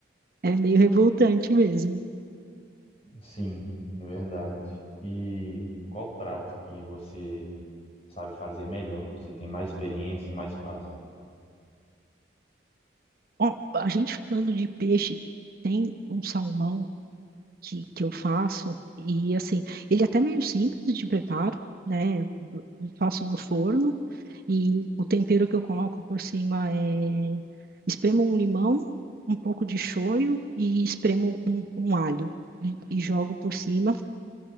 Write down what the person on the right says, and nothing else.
É, é meio revoltante mesmo.
Ó, a gente falando de peixe, tem um salmão. que, que eu faço. E assim, ele é até meio simples de preparo, né? Eu Faço no forno e o tempero que eu coloco por cima é espremo um limão, um pouco de shoyu e espremo um, um alho e, e jogo por cima,